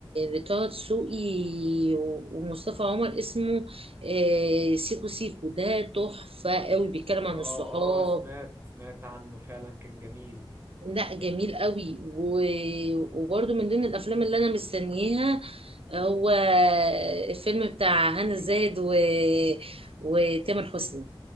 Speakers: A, on the right; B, on the right.
A: لطه دسوقي و- ومصطفى عمر اسمه آه، سيكو سيكو ده تحفه قوي بيتكلم عن
B: اه
A: الصحاب
B: اه سمعت سمعت عنه فعلا كان جميل
A: لا جميل قوي و... وبرده من ضمن الافلام اللي انا مستنياها هو الفيلم بتاع هنا
B: في
A: الزاهد و... وتامر حسني